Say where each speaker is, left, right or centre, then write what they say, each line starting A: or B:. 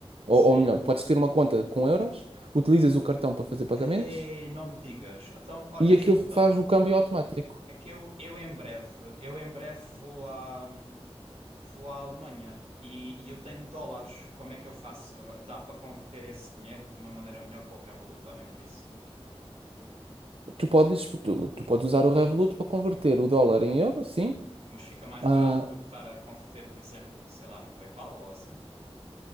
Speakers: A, on the right; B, on the right.
A: ou,
B: sim.
A: ou melhor, podes ter uma conta com euros, utilizas o cartão para fazer pagamentos
B: Ei, não me digas. Então, olha,
A: e
B: escuta,
A: aquilo faz o câmbio automático.
B: é que eu, eu em breve, eu em breve vou à, hum, Vou à Alemanha e, e eu tenho dólares. Como é que eu faço? Dá para converter esse dinheiro de uma maneira melhor com o Revolut ou nem por isso?
A: Tu podes, tu, tu podes usar o Revolut para converter o dólar em euro, sim.
B: Mas fica mais
A: Ah,
B: barato do que estar a converter, por exemplo, sei lá, no PayPal ou assim?